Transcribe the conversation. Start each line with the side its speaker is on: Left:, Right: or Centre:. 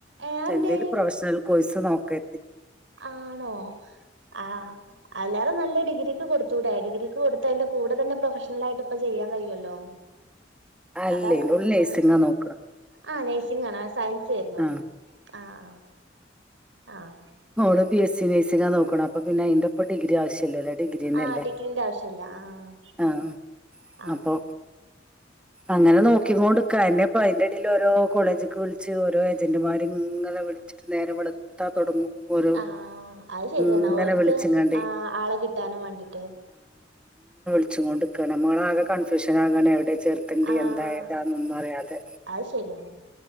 Right: ഏഹ് അതെന്തേ
Centre: എന്തേലും പ്രൊഫഷണൽ ബസ് നോക്കെ
Right: ആണോ ആ എല്ലാരും നല്ല ഡിഗ്രി. ക്ക് കൊടുത്തൂടെ ഡിഗ്രിക്ക് കൊടുത്താൽ കൂടെ തന്നെ പ്രൊഫഷണലായിട്ട് ഇപ്പൊ ചെയ്യാൻ കഴിയുലോ.
Centre: അല്ലേ
Right: അതാണ്
Centre: ഓള് നഴ്സിംഗാ
Right: ആഹ്
Centre: നോക്കണെ
Right: ആ നഴ്സിംഗാണ്, ആഹ് സയൻസ് ചെയ്തു
Centre: ആഹ്
Right: ആഹ്. ആഹ്
Centre: ഓള് ബി എസ് സി നഴ്സിംഗ് നോക്കണ് അപ്പ പിന്നെ അതിന്റെ. ഇപ്പൊ ഡിഗ്രി ആവശ്യയില്ലല്ലോ ഡിഗ്രി തന്നെ
Right: ആഹ്
Centre: അല്ലെ
Right: ഡിഗ്രീന്റെ ആവശ്യല്ല ആഹ്
Centre: ആഹ്
Right: ആഹ്
Centre: അപ്പൊ. അങ്ങനെ നോക്കിക്കോണ്ട് നിക്കാ എന്നെപ്പൊ അയിന്റെ അടിയിൽ ഓരോ കോളേജ്ക്ക് വിളിച്ച് ഓരോ ഏജന്റുമാരെ ഇങ്ങനെ വിളിച്ചിട്ട് നേരം വെളുത്താൽ തൊടങ്ങും. ഓരോ
Right: ആഹ് അതു ശരിയാണ്
Centre: ഇങ്ങനെ
Right: ഓരുക്ക്
Centre: വിളിച്ച്ങ്ങാണ്ടേ
Right: ആഹ് ആളെ കിട്ടാനും വേണ്ടിട്ട്.
Centre: ച്ചെങ്ങാണ്ട് കടമകൾ ആകെ കണ്ട അഡ്മിഷൻ ആക്കനെ എവിടെ ചേർക്കേണ്ട്
Right: ആഹ്
Centre: എന്താ ഏതാനൊന്നും അറിയാതെ
Right: അത് ശരിയാണ്